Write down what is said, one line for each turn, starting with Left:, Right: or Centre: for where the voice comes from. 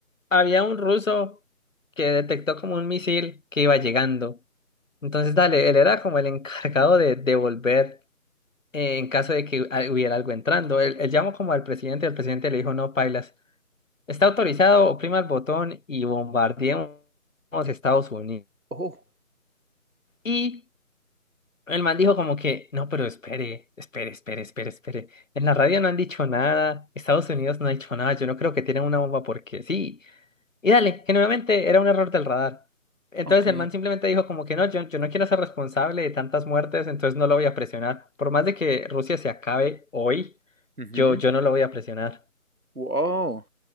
Left: había un ruso que detectó como un misil que iba llegando. Entonces, dale, él era como el <laughs> encargado de devolver eh, en caso de que a- hubiera algo entrando. Él, él llamó como al presidente, el presidente le dijo, no, pailas, está autorizado, oprima el botón y bombardeemos Estados Unidos.
Right: Oh,
Left: Y El man dijo como que, no, pero espere, espere, espere, espere, espere. En la radio no han dicho nada, Estados Unidos no ha dicho nada, yo no creo que tienen una bomba porque sí. Y dale, que nuevamente era un error del radar. Entonces
Right: ok.
Left: el man simplemente dijo como que no, yo, yo no quiero ser responsable de tantas muertes, entonces no lo voy a presionar. Por más de que Rusia se acabe hoy,
Right: Ujú.
Left: yo, yo no lo voy a presionar.
Right: Wow,